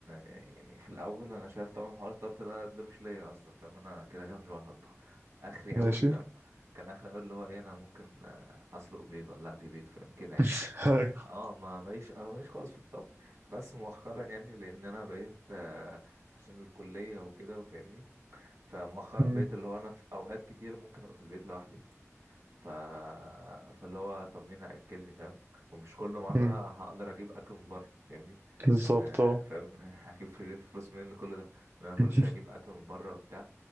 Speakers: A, on the right; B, on the right.
A: يعني في الأول أنا شايف طبعا حوار الطبخ ده ده مش ليا أصلا فاهم أنا كده كده مش بعرف أطبخ آخري
B: ماشي
A: أوي فاهم كان آخري أوي اللي هو إيه أنا ممكن آه، أسلق بيض ولا أقلي بيض فاهم كده يعني
B: <laughs> أيوة.
A: اه ما ماليش اه ماليش خالص في الطبخ بس مؤخرا يعني لأن أنا بقيت آه، عشان الكلية وكده وفاهمني فمؤخرا
B: أمم،
A: بقيت اللي هو انا في اوقات كتير ممكن ابقى في البيت لوحدي ف... فاللي هو طب مين هياكلني فاهم ومش كل مره
B: أمم،
A: هقدر اجيب اكل من بره فاهمني
B: بالظبط
A: لان
B: اه
A: فاهم <laughs> هجيب فل- فلوس منين لكل ده ان انا كل
B: <laughs>
A: شويه اجيب اكل من بره وبتاع